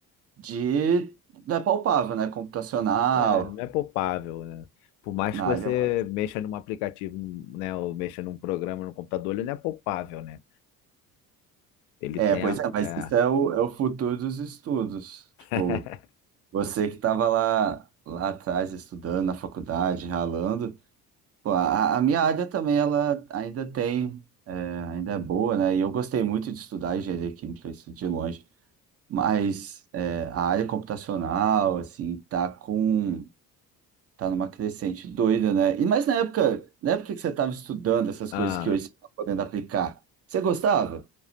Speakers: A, on the right; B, on the left.
A: de, da palpável, né? Computacional,
B: É, não é poupável, né? Por mais
A: na
B: que você
A: área mais.
B: mexa num aplicativo, né, ou mexa num programa no computador, ele não é poupável, né? Ele
A: É,
B: tem
A: pois
B: a.
A: é, mas
B: é.
A: isso é o, é o futuro dos estudos. Tipo,
B: <laughs>
A: você que estava lá, lá atrás estudando na faculdade, ralando. Pô, a, a minha área também, ela ainda tem, é, ainda é boa, né? E eu gostei muito de estudar engenharia química, isso de longe. Mas é, a área computacional, assim, tá com, tá numa crescente doida, né? E mas na época, na época que você estava estudando essas
B: Ah,
A: coisas que hoje você está podendo aplicar, você gostava?